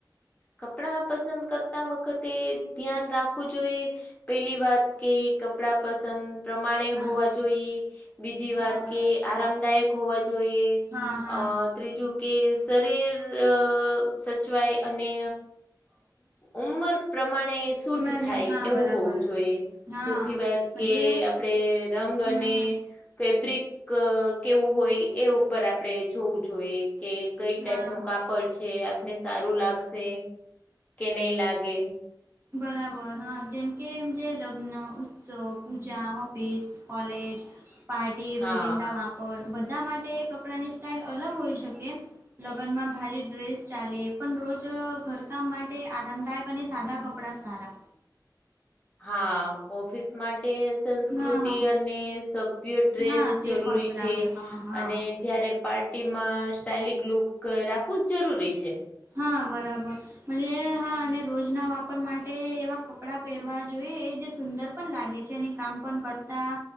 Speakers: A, on the left; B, on the right.
A: કપડા પસંદ કરતા વખતે ધ્યાન રાખવું જોઈએ પેલી વાત કે કપડા પસંદ પ્રમાણે
B: હા
A: હોવા જોઈએ, બીજી
B: હા
A: વાત
B: બરાબર.
A: કે આરામદાયક હોવા જોઈએ.
B: હા હા
A: અ ત્રીજું કે શરીર અ સચવાય અ ને ઉંમર પ્રમાણે સૂટ
B: મને
A: થાય,
B: હા
A: એવું
B: બરાબર
A: હોવું જોઈએ.
B: હા.
A: ચોથી વાત
B: મજે
A: કે આપણેે રંગ
B: હમ
A: અને
B: હમ
A: ફેબ્રિક ક કેવું હોય એ ઉપર આપણે જોવું જોઈએ કે કઈ ટાઈપ
B: હા.
A: નું કાપડ છે, આપને સારું લાગશે કે નહી લાગે.
B: બરાબર હા, જેમકે એમજે લગ્ન, ઉત્સવ, પૂજા, ઓફિસ કોલેજ, પાર્ટી,
A: હા
B: રોજિંદા વાપ પર, બધા માટે કપડાંની સ્ટાઇલ અલગ હોઈ શકે. લગ્નમાં ભારી ડ્રેસ ચાલે, પણ રોજ ઘરકામ માટ તે આરામદાયક અને સાદા કપડા સારા.
A: હા ઓફિસ માટેસ સંસ્કૃતિ
B: હા હા
A: અને સભ્ય ડ્રેસ
B: હા તે
A: જરૂરી
B: પણ બરાબર
A: છે,
B: હા હા
A: અને જયારે પાર્ટી માં સ્ટાઇગ લિક લુક રાખવું જ જરૂરી છે.
B: હા બરાબર મન્જે હા, અને રોજના વાપર માટે એવા કપડાં પહેરવા જોઈએ જે સુંદર પણ લાગે છે અને કામ પણ કરતા